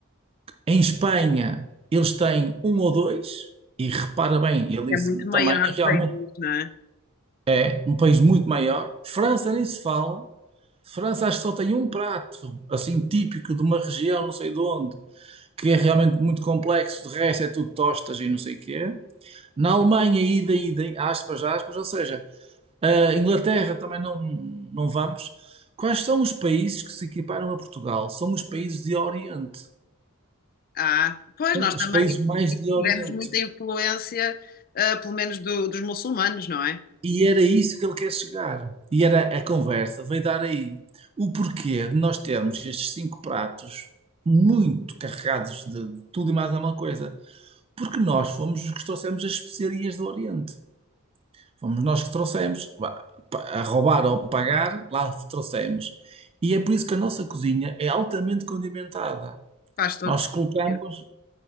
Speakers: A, on the right; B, on the left.
A: Em Espanha, eles têm um ou dois, e repara bem, ele
B: É
A: disse
B: muito maior
A: também, e realmente
B: o país, não é?
A: é um país muito maior. França nem se fala. França acho que só tem um prato, assim, típico de uma região, não sei de onde. que é realmente muito complexo, de resto é tudo tostas e não sei o que é. Na Alemanha, ida, ida, aspas, aspas, ou seja, a Inglaterra também não, não vamos. Quais são os países que se equiparam a Portugal? São os países de Oriente.
B: Ah, pois,
A: São
B: nós
A: os
B: também
A: países mais de Oriente.
B: tivemos muita influência, ah, pelo menos do- dos muçulmanos, não é?
A: E era isso que ele quer chegar. E era a conversa, veio dar aí. O porquê de nós termos estes cinco pratos muito carregados de, de tudo e mais alguma coisa. Porque nós fomos os que trouxemos as especiarias do Oriente. Fomos nós que trouxemos, vá, pa- a roubar ou pagar, lá trouxemos. E é por isso que a nossa cozinha é altamente condimentada.
B: Faz todo
A: Nós
B: sentido
A: colocamos,